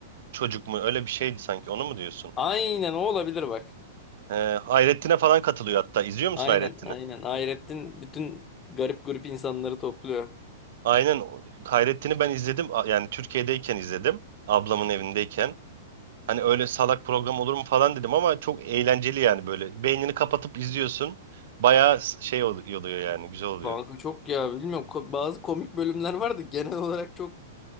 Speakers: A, on the right; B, on the left.
A: çocuk mu? Öyle bir şeydi sanki. Onu mu diyorsun?
B: Aynen o olabilir bak.
A: He, Hayrettin'e falan katılıyor hatta. İzliyor musun
B: Aynen
A: Hayrettin'i?
B: aynen. Hayrettin bütün garip grup insanları topluyor.
A: Aynen o- Hayrettin'i ben izledim A- yani Türkiye'deyken izledim ablamın evindeyken. Hani öyle salak program olur mu falan dedim ama çok eğlenceli yani böyle beynini kapatıp izliyorsun. Bayağı s- şey ol- oluyor yani güzel oluyor.
B: Kanka çok ya bilmiyorum. Ko- bazı komik bölümler vardı. Genel olarak çok